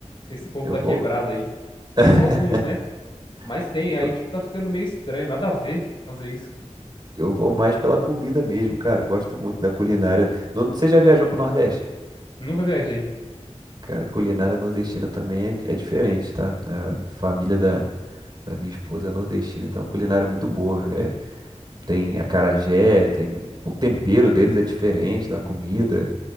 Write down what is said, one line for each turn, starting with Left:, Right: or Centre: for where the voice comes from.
Left: esse povo
Right: Eu
Left: da
Right: vou.
Left: quebrada aí.
Right: <laughs>
Left: Mas só alguns, né? Mas tem,
Right: Eu,
Left: aí tipo tá ficando meio estranho, nada a ver fazer isso.
Right: eu vou mais pela comida mesmo, cara. Gosto muito da culinária. Não- você já viajou pro Nordeste?
Left: Nunca viajei.
Right: Cara, culinária nordestina também é, é diferente, tá? A família da, da minha esposa é nordestina, então a culinária é muito boa. É, tem acarajé, tem. O tempero deles é diferente da comida.